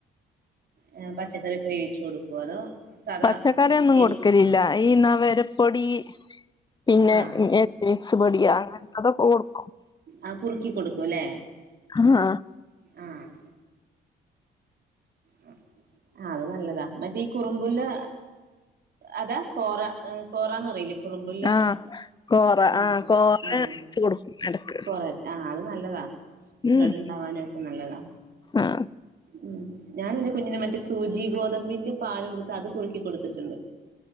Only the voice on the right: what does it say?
ആഹ് പച്ചക്കറിക്കെ വേവിച്ചു കൊടു ക്യാപ അതോ സാധാ
എരു
ആഹ്
ആ കുറുക്കി കൊടുക്കുല്ലേ
ആഹ് ആ ഹ്‌ അത് നല്ലതാ മറ്റേ കുറുമ്പുല് അതാ കോറ കോറന്ന് പറീല്ലെ കുറുമ്പറുല്ലേ
ആ
ആ
അ
കൊറച്ച ആ അത് നല്ലതാ
ബ്ലഡ് ഉണ്ടാവാനും ഒക്കെ നല്ലതാ
ഉം ഞാൻ എറെ കുഞ്ഞിനെ മറ്റേ സൂചി ഗോതമ്പിന്റെ പാലെടുത്തിട്ട് അത് കുറുക്കിക്ക കൊടുത്തിട്ട്ണ്ട്